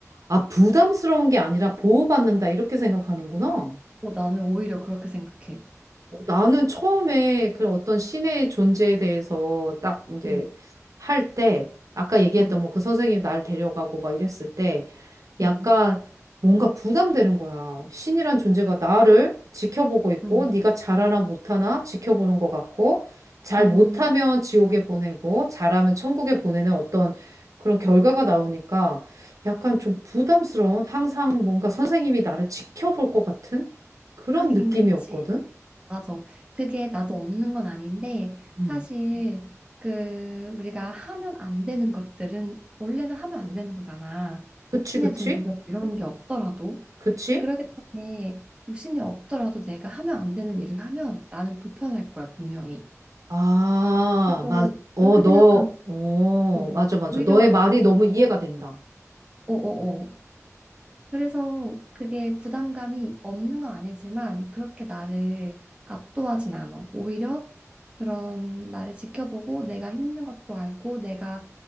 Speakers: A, on the right; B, on the right.
A: 아, 부담스러운 게 아니라 보호받는다 이렇게 생각하는구나.
B: 어, 나는 오히려 그렇게 생각해.
A: 나는 처음에 그런 어떤 신의 존재에 대해서 딱 이제
B: 음,
A: 할 때, 아까 얘기했던
B: 음,
A: 뭐 그 선생님이 날 데려가고 막 이랬을 때, 약간
B: 음,
A: 뭔가 부담되는 거야. 신이란 존재가 나를 지켜보고 있고,
B: 음,
A: 네가 잘하나 못하나 지켜보는 것 같고, 잘
B: 음.
A: 못하면 지옥에 보내고, 잘하면 천국에 보내는 어떤 그런 결과가 나오니까 약간 좀 부담스러운, 항상 뭔가 선생님이 나를 지켜볼 것 같은 그런
B: 하긴
A: 느낌이었거든.
B: 그치. 맞아. 그게 나도 없는 건 아닌데
A: 음.
B: 사실 그 우리가 하면 안 되는 것들은 원래는 하면 안 되는 거잖아.
A: 그치,
B: 신의
A: 그치?
B: 존재 뭐 이런 게 없더라도.
A: 그치?
B: 그렇기 때문에 육신이 없더라도 내가 하면 안 되는 일을 하면 나는 불편할 거야, 분명히.
A: 아,
B: 그래서
A: 마, 어,
B: 그렇게
A: 너,
B: 생각하면
A: 어,
B: 뭐
A: 맞아, 맞아.
B: 오히려
A: 너의 말이 너무 이해가 된다.
B: 어어어. 그래서 그게 부담감이 없는 건 아니지만 그렇게 나를 압도하진 않아. 오히려 그런 나를 지켜보고 내가 힘든 것도 알고 내가